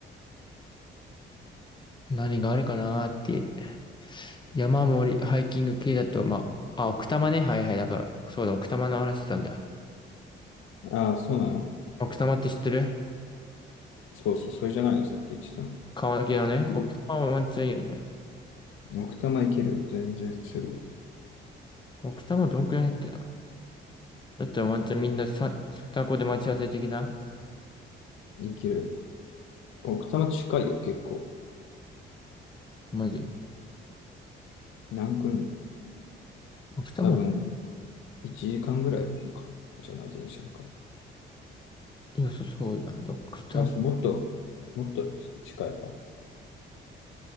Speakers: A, on the left; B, on the left.
A: 何があるかなーっていう。山盛り、ハイキング系だと、まあ、あ、奥多摩ね。はいはい。だから、そうだ、奥多摩の話してたんだ。
B: ああ、そうなの
A: 奥多摩って知ってる
B: そうそう、それじゃないの、さっき言ってたの。
A: 川崎のね。
B: うん
A: 奥多摩はワンチャンいいよね。
B: 奥多摩行けるよ。全然すぐ。
A: 奥多摩どんくらいだっけな。だったらワンチャンみんなさ、双子で待ち合わせ的な。
B: 行ける。奥多摩近いよ、結構。
A: マジ。
B: 南君、
A: 奥も
B: 多分、1時間ぐらいか。じゃない、電車とか。
A: 良さそうだな。ドクタ
B: あ、そう、もっと、もっと近いか。